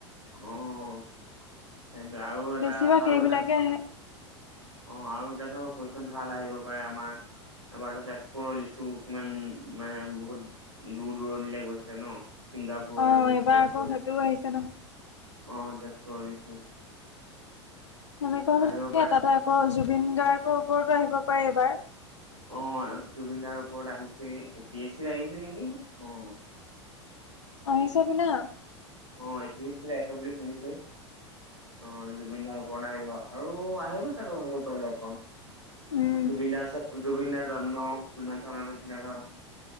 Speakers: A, on the right (about 85°); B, on the left (about 70°).
A: অ, সেইটোৱে আৰু এটা,
B: বেছিভাগ
A: আৰু
B: সেইবিলাকে
A: এটা
B: আহে
A: অ, আৰু এতিয়া ধৰক কুৱেশন ভাল আহিব পাৰে আমাৰ। আমাৰ তো তেজপুৰৰ লিচু কিমান মানে বহুত দূৰ-দূৰণিলে গৈছে ন। ছিংগাপুৰলে
B: অ'
A: গৈছে
B: এইবাৰ
A: তেজপুৰ
B: আকৌ সেইটোও আহিছে
A: অ তেজপুৰলে
B: সেনেকোৱা বিলাকে
A: আহিব পাৰে
B: তাতে অ জুবিন গাৰ্গৰ ওপৰতো আহিব পাৰে এইবাৰ।
A: অ জুবিন দাৰ ওপৰত আহিছেই এ পি এছ চিত আহিছে নেকি। অ'
B: আহিছে বোলা
A: অ এ পি এ চিত আহিছে বুলি শুনিছো। অ জুবিন দাৰ ওপৰত আহিব আৰু আহিব চাগৈ বহুতৰে ওপৰত
B: উম।
A: জুবিনদাৰ ছাত্ৰ জুবিনদাৰ জন্ম কিমান চনত হৈছিলে ধৰক